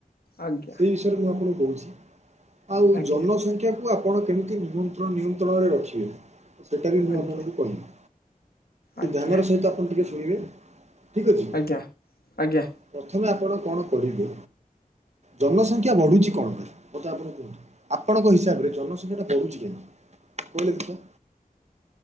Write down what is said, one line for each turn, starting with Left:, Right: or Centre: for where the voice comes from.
Left: ଆଜ୍ଞା
Right: ସେଇ ମୁଁ ଆପଣଙ୍କୁ କହୁଛି ଆଉ
Left: ଆଜ୍ଞା
Right: ଜନସଂଖ୍ୟା ତାକୁ ଆପଣ କେମିତି ନିମନ୍ତ୍ରଣ ନିୟନ୍ତ୍ରଣରେ ରଖିବେ। ସେଇଟା ବି ମୁଁ
Left: ଆଜ୍ଞା
Right: ଆପଣଙ୍କୁ କହିବି,
Left: ଆଜ୍ଞା
Right: ଧ୍ୟାନର ସହିତ ଆପଣ ଟିକିଏ ଶୁଣିବେ, ଠିକ୍ ଅଛି?
Left: ଆଜ୍ଞା, ଆଜ୍ଞା।
Right: ପ୍ରଥମେ ଆପଣ କଣ କରିବେ, ଜନସଂଖ୍ୟା ବଢୁଛି କଣ ପାଇଁ ମତେ ଆପଣ କୁହନ୍ତୁ? ଆପଣଙ୍କ ହିସାବରେ ଜନସଂଖ୍ୟାଟା ବଢୁଛି କେମିତି କହିଲେ ଦେଖିବା?